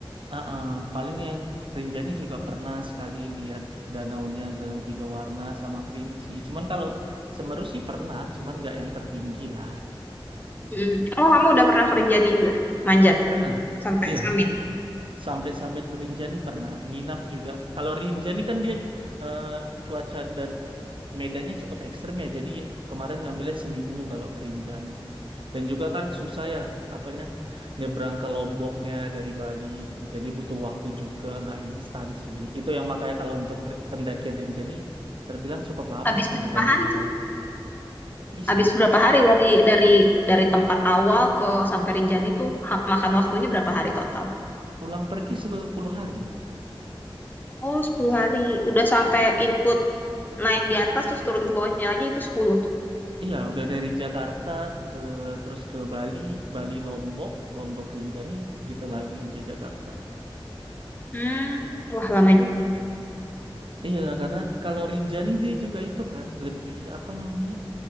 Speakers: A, on the right (about 65°); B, on the left (about 20°).
A: Ah, ah, paling yang Rinjani juga pernah sekali lihat danaunya, danau tiga warna sama kerinci. Cuman kalau Semeru sih pernah, cuman nggak yang tertinggi lah.
B: Mm. Oh, kamu udah pernah ke Rinjani juga? Manjat
A: Pernah,
B: sampai
A: iya.
B: summit.
A: Sampai-sampai Rinjani pernah. Nginap juga. Kalau Rinjani kan dia eh, cuaca dan medannya cukup ekstrem ya. Jadi kemarin ngambilnya seminggu kalau ke Rinjani. Dan juga kan susah ya, apanya nyebrang ke Lomboknya dari Bali gitu. Jadi butuh waktu juga, nggak instan sih. Itu yang makanya kalau untuk re- pendakian Rinjani terbilang cukup lama
B: Habis
A: sih
B: berapa
A: dibanding
B: hari
A: yang
B: tuh?
A: lain. Bisa
B: Habis berapa hari dari dari dari tempat awal ke sampai Rinjani tuh ha- makan waktunya berapa hari total?
A: pulang pergi 10 hari.
B: Oh, 10 hari. Udah sampai input naik di atas terus turun ke bawahnya lagi itu sepuluh tuh.
A: Iya, udah dari Jakarta ke terus ke Bali, Bali Lombok, Lombok Rinjani, gitu lagi sampai Jakarta.
B: Hmm, wah lama juga.
A: Iya, karena kalau Rinjani dia juga itu kan lebih apa namanya?